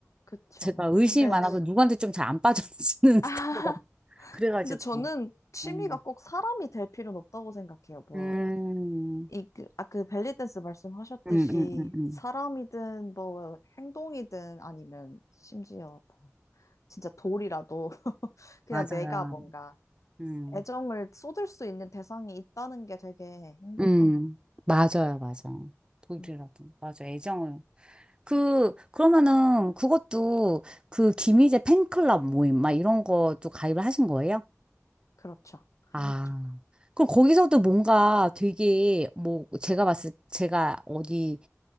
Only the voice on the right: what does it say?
제가 의심이
많아서 누구한테 좀 잘 안 빠져드는
<laughs> 스타일이라 그래가지고.
음,
음,
음, 음, 음. 음.
맞아요.
음.
음,
맞아요, 맞아. 독일이라고.
맞아, 애정을. 그, 그러면은 그것도 그 김희재 팬클럽 모임, 막 이런 것도 가입을 하신 거예요?
아,
그럼 거기서도 뭔가 되게, 뭐, 제가 봤을, 제가 어디